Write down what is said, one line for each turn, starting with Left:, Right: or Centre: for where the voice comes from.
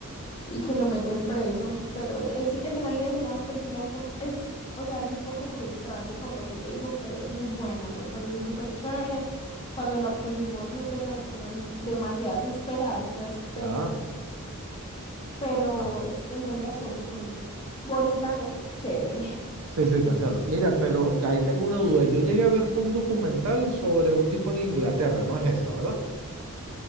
Left: y que lo meten preso. Pero es, en realidad es una película un poco, es, o sea, es un poco frustrante por lo que te digo, pero es muy buena, me pareció súper chévere. Cuando la pusimos no teníamos como demasiadas esperanzas, pero
Right: Ya.
Left: pero
Right: Ah,
Left: es, en realidad son muy bonitas. Bonita no, chévere.
Right: sí, sí, te entiendo. Mira, pero de ahí tengo una duda. Yo llegué a ver, fue un documental sobre un tipo en Inglaterra, no es esa, ¿verdad?